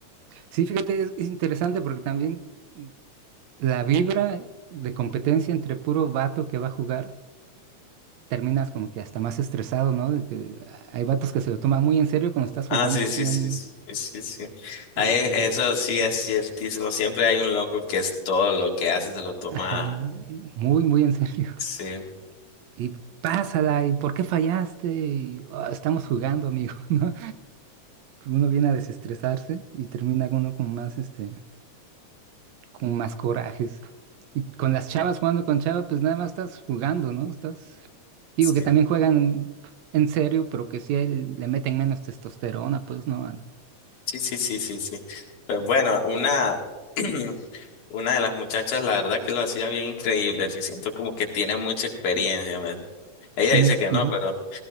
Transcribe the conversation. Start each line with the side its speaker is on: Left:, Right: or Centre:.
Right: Sí, fíjate, es, es interesante porque también la vibra de competencia entre puro vato que va a jugar, terminas como que hasta más estresado, ¿no? De que hay vatos que se lo toman muy en serio cuando estás jugando
Left: Ah, sí,
Right: así
Left: sí,
Right: en...
Left: sí, sí, sí, sí.
Right: Y
Left: Ahí,
Right: de que,
Left: eso sí es ciertísimo. Siempre hay un loco que es todo lo que hace, se lo toma.
Right: ajá, y muy, muy en serio. <laughs>
Left: Sí,
Right: Y pásala, ¿y por qué fallaste? Y, "Oh, estamos jugando, amigo, <laughs> ¿no? Uno viene a desestresarse y termina uno con más, este, como más corajes. Y con las chavas jugando con chavas, pues nada más estás jugando, ¿no? Estás, digo
Left: sí,
Right: que también juegan en serio, pero que sí el- le meten menos testosterona, pues, ¿no? Al-
Left: sí, sí, sí, sí, sí. Pues bueno, una <clears throat> Una de las muchachas, la verdad que lo hacía bien increíble, sí siento como que tiene mucha experiencia, man. Ella
Right: Ujú,
Left: dice que no,
Right: ujú.
Left: pero